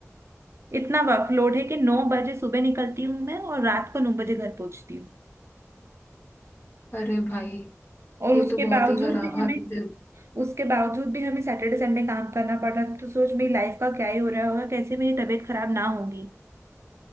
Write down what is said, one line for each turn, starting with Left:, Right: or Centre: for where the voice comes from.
Right: इतना वर्कलोड है कि नौ बजे सुबह निकलती हूँ मैं और रात को नौ बजे घर पहुंचती हूँ
Left: अरे भाई
Right: और
Left: ये
Right: उसके
Left: तो बहुत
Right: बावजूद
Left: ही खराब
Right: भी
Left: हालत
Right: हमें
Left: है
Right: उसके बावजूद भी हमें सैटरडे संडे काम करना पड़ रहा है तो सोच मेरी लाइफ का क्या ही हो रहा होगा कैसे मेरी तबीयत खराब ना होगी